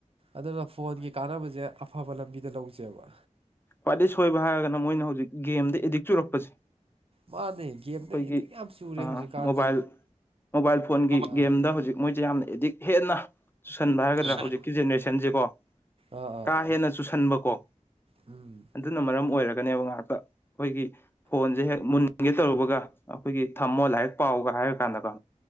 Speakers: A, on the right; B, on the left.
A: ꯑꯗꯨꯅ ꯐꯣꯟꯒꯤ ꯀꯥꯟꯅꯕꯖꯦ ꯑꯐꯕ ꯂꯝꯕꯤꯗ ꯂꯧꯖꯦꯕ
B: ꯈ꯭ꯋꯥꯏꯗꯩ ꯁꯣꯏꯕ ꯍꯥꯏꯔꯒꯅ ꯃꯣꯏꯅ ꯍꯧꯖꯤꯛ ꯒꯦꯝꯗ ꯑꯦꯗꯤꯛ ꯆꯨꯔꯛꯄꯖꯦ
A: ꯃꯥꯅꯦ ꯒꯦꯝꯗ
B: ꯈꯣꯏꯒꯤ
A: ꯑꯦꯗꯤꯛ ꯌꯥꯝ ꯆꯨꯔꯦ
B: ꯑ
A: ꯍꯧꯖꯤꯛꯀꯥꯟꯁꯦ
B: ꯃꯣꯕꯥꯏꯜ ꯃꯣꯕꯥꯏꯜ ꯐꯣꯟꯒꯤ
A: ꯑꯥ
B: ꯒꯦꯝꯗ ꯍꯧꯖꯤꯛ ꯃꯣꯏꯖꯦ ꯌꯥꯝꯅ ꯑꯦꯗꯤꯛ ꯍꯦꯟꯅ ꯆꯨꯁꯟꯕ ꯍꯥꯏꯒꯗ꯭ꯔ
A: ꯑꯥ
B: ꯍꯧꯖꯤꯛꯀꯤ ꯖꯦꯅꯔꯦꯁꯟꯖꯦꯀꯣ
A: ꯑꯥ ꯑꯥ
B: ꯀꯥ
A: ꯑꯥ
B: ꯍꯦꯟꯅ ꯆꯨꯁꯟꯕꯀꯣ
A: ꯎꯝ
B: ꯑꯗꯨꯅ ꯃꯔꯝ ꯑꯣꯢꯔꯒꯅꯦꯕ ꯉꯍꯥꯛꯇ ꯑꯈꯣꯢꯒꯤ ꯐꯣꯟꯖꯦ ꯍꯦꯛ ꯃꯨꯟꯒꯦ ꯇꯧꯔꯨꯕꯒ ꯑꯈꯣꯢꯒꯤ ꯊꯝꯃꯣ ꯂꯥꯢꯔꯤꯛ ꯄꯥꯎꯒ ꯍꯥꯢꯔ ꯀꯥꯟꯗꯒ